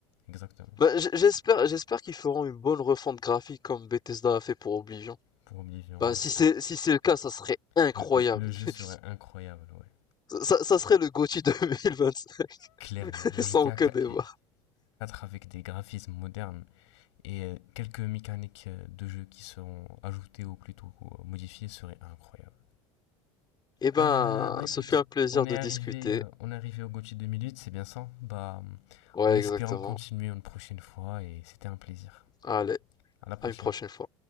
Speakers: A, on the left; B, on the left.
A: Exactement.
B: Bah, j- j'espère j'espère qu'ils feront une bonne refonte graphique comme Bethesda a fait pour Oblivion.
A: Pour Oblivion,
B: Bah,
A: ouais.
B: si c'est si c'est le cas, ça serait incroyable.
A: Le, le- le jeu
B: <laughs>
A: serait incroyable, ouais.
B: Ça, ça serait le GOTY 2025.
A: Clairement.
B: <laughs>
A: J'étais
B: Sans aucun
A: à 4
B: débat.
A: avec des graphismes modernes et euh, quelques mécaniques euh, de jeu qui seront ajoutées ou plutôt euh, modifiées seraient incroyables.
B: Eh ben,
A: Euh, bah écoute,
B: ce fut un plaisir
A: on est
B: de
A: arrivé,
B: discuter.
A: euh, on est arrivé au GOTY 2008, c'est bien ça? Bah,
B: Ouais,
A: en espérant
B: exactement.
A: continuer une prochaine fois et c'était un plaisir.
B: Allez,
A: À la prochaine.
B: à une prochaine fois.